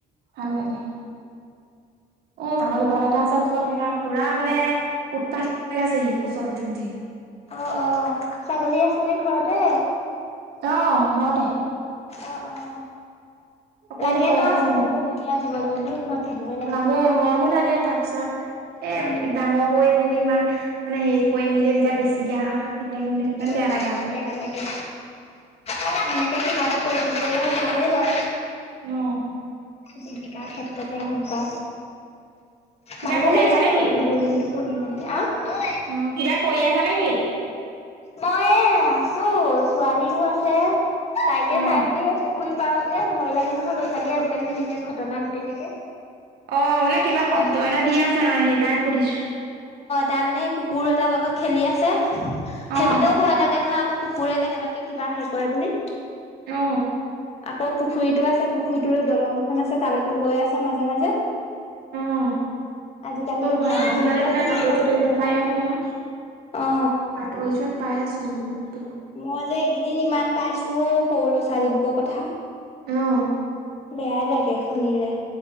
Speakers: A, on the right; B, on the left.
A: ভাল লাগে অ ছাগলী পোৱালি এটা আছে ওচৰত সেইদিনা পুৰা মানে উৎপাত হৈ আছে সি কোচত উঠি উঠি
B: অ অ ছাগলী আছে নে ঘৰতে
A: অ ঘৰতে
B: অ', অ',
A: অকণমানি
B: লাগে
A: পোৱালি
B: ন
A: এটা আছে
B: বহুত
A: মানে
B: পোহনীয়া জীৱ জন্তুৰ ঘৰত থাকিবই
A: লাগে মৰমো লাগে তাৰপিছত এ
B: উম,
A: ডাঙৰ কৰি মেলি ইমান মানে হেৰি কৰি মেলি তেতিয়া বেছি দিয়া হয় তেতিয়া কিন্তু কিমান
B: উম
A: বেয়া লাগে আকৌ
B: বেয়া লাগে অ এনেকে কিবা কৈ থাকিবলৈ ভালেই বাও
A: অহ
B: জীৱিকাৰ ক্ষেত্ৰতে হওক বা
A: কিবা
B: ভালো
A: কৰি
B: লাগে
A: আছা নেকি
B: ন জীৱ জন্তু পোহি মেলি আহ
A: অ কিবা কৰি আছা নেকি
B: মই এ আছো ছোৱালীও আছে তাইকে
A: অ
B: চাই মেলি সে পুখুৰী পাৰত যে ভয় লাগে নহয় ল'ৰা ছোৱালীয়ে আজিকালি যিহে ঘটনা ঘটি থাকে
A: অ মানে
B: অ
A: কিবা শব্দ এটা দি আছে সেইকাৰণে সুধিছো
B: তাৰ মানে কুকুৰ এটাৰ লগত খেলি আছে সেইপিনেও
A: অ
B: ভয় লাগে নহয় আকৌ কুকুৰে কেনেবাকে কিবা হে কৰে বুলি
A: অ
B: অ পুখুৰীতো আছে পুখুৰীটোলৈ দলংখন আছে তালৈকো গৈ আছে মাজে মাজে
A: অ
B: আজিকালি
A: বৰ
B: এইবোৰ
A: ভয় আৰু আজিকালি
B: যিহে
A: মানে
B: শুনি
A: বাতৰি
B: থাকো
A: চাতৰি
B: ঘটনা
A: লগত পাই আছো নহয়
B: অ
A: বাতৰি যোৱাত পাই আছো মোক
B: মই যে এইকেইদিন ইমান পাইছো সৰু লৰা ছোৱালীবুকৰ কথা
A: অহ
B: বেয়া লাগে শুনিলে